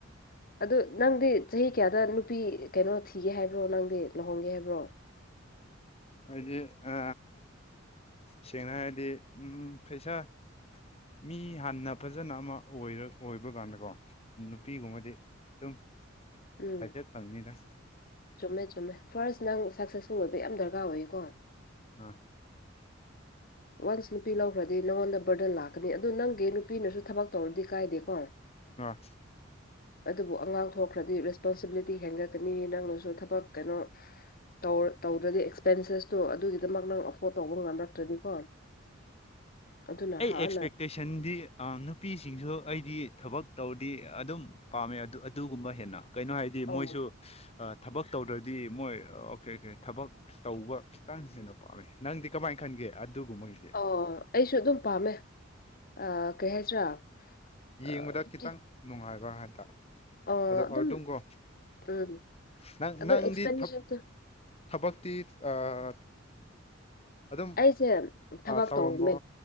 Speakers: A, on the left (about 45°); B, on the left (about 30°).
A: ꯑꯗꯨ ꯅꯪꯗꯤ ꯆꯍꯤ ꯀꯌꯥꯗ ꯅꯨꯄꯤ ꯀꯩꯅꯣ ꯊꯤꯒꯦ ꯍꯥꯏꯕ꯭ꯔꯣ ꯅꯪꯗꯤ ꯂꯧꯍꯣꯡꯒꯦ ꯍꯥꯏꯕ꯭ꯔꯣ
B: ꯍꯥꯏꯗꯤ ꯑ ꯁꯦꯡꯅ ꯍꯥꯏꯗꯤ ꯎꯝ ꯄꯩꯁꯥ ꯃꯤ ꯍꯥꯟꯅ ꯐꯖꯅ ꯑꯃ ꯑꯣꯏꯔ ꯑꯣꯏꯕ ꯀꯥꯟꯗꯀꯣ ꯎꯝ ꯅꯨꯄꯤꯒꯨꯝꯕꯗꯤ ꯁꯨꯝ
A: ꯎꯝ
B: ꯍꯥꯏꯐꯦꯠ ꯐꯪꯅꯤꯗ
A: ꯆꯨꯝꯃꯦ ꯆꯨꯝꯃꯦ ꯐꯥꯔꯁ ꯅꯪ ꯁꯛꯁꯦꯁꯐꯨꯜ ꯑꯣꯏꯕ ꯌꯥꯝ ꯗꯔꯀꯥꯔ ꯑꯣꯏꯌꯦꯀꯣ
B: ꯑꯥ꯫
A: ꯋꯥꯟꯁ ꯅꯨꯄꯤ ꯂꯧꯈ꯭ꯔꯗꯤ ꯅꯪꯉꯣꯟꯗ ꯕꯔꯗꯟ ꯂꯥꯛꯀꯅꯤ ꯑꯗꯨ ꯅꯪꯒꯤ ꯅꯨꯄꯤꯅꯁꯨ ꯊꯕꯛ ꯇꯧꯔꯗꯤ ꯀꯥꯏꯗꯦꯀꯣ꯫
B: ꯑꯥ꯫
A: ꯑꯗꯨꯕꯨ ꯑꯉꯥꯡ ꯊꯣꯛꯈ꯭ꯔꯗꯤ ꯔꯦꯁꯄꯣꯟꯁꯤꯕꯤꯂꯤꯇꯤ ꯍꯦꯟꯒꯠꯀꯅꯤ ꯅꯪꯅꯁꯨ ꯊꯕꯛ ꯀꯩꯅꯣ ꯇꯧ ꯇꯧꯗ꯭ꯔꯗꯤ ꯑꯦꯛꯁꯄꯦꯟꯁꯦꯁꯇꯣ ꯑꯗꯨꯒꯤꯗꯃꯛ ꯅꯪ ꯑꯐꯣꯔꯠ ꯇꯧꯕ ꯉꯝꯂꯛꯇ꯭ꯔꯗꯤꯀꯣ ꯑꯗꯨꯅ
B: ꯑꯩ
A: ꯍꯥꯟꯅ
B: ꯑꯦꯛꯁꯄꯦꯛꯇꯦꯁꯟꯗꯤ ꯑ ꯅꯨꯄꯤꯁꯤꯡꯁꯨ ꯑꯩꯗꯤ ꯊꯕꯛ ꯇꯧꯔꯗꯤ ꯑꯗꯨꯝ ꯄꯥꯝꯃꯦ ꯑꯗꯨ ꯑꯗꯨꯒꯨꯝꯕ ꯍꯦꯟꯅ ꯀꯩꯅꯣ ꯍꯥꯏꯗꯤ
A: ꯑꯧ
B: ꯃꯣꯏꯁꯨ ꯊꯕꯛ ꯇꯧꯗ꯭ꯔꯗꯤ ꯃꯣꯏ ꯑꯣꯀꯦ ꯑꯣꯀꯦ ꯊꯕꯛ ꯇꯧꯕ ꯈꯤꯇꯪ ꯍꯦꯟꯅ ꯄꯥꯝꯃꯤ ꯅꯪꯗꯤ ꯀꯃꯥꯏꯅ ꯈꯟꯒꯦ ꯑꯗꯨꯒꯨꯝꯕꯒꯤꯗꯤ꯫
A: ꯑꯣ ꯑꯩꯁꯨ ꯑꯗꯨꯝ ꯄꯥꯝꯃꯦ ꯑ ꯀꯩ ꯍꯥꯏꯁꯤꯔꯥ꯫
B: ꯌꯦꯡꯕꯗ
A: ꯑꯥ ꯐꯤꯐꯇꯤ
B: ꯈꯤꯇꯪ ꯅꯨꯡꯉꯥꯏꯕ ꯍꯥꯏꯇꯥꯔꯦ꯫
A: ꯑꯥ
B: ꯑꯗꯣ
A: ꯑꯗꯨꯝ
B: ꯑꯗꯝꯀꯣ
A: ꯎꯝ
B: ꯅꯪ
A: ꯑꯗꯨꯝ
B: ꯅꯪꯗꯤ
A: ꯑꯦꯛꯁꯄꯦꯟꯗꯤꯆꯔꯁꯦ
B: ꯊꯕꯛ ꯊꯕꯛꯇꯤ ꯑꯥ ꯑꯗꯨꯝ
A: ꯑꯩꯁꯦ ꯊꯕꯛ
B: ꯑꯥ, ꯇꯧꯔꯝꯕ꯭ꯔꯣ
A: ꯇꯧꯔꯝꯃꯦ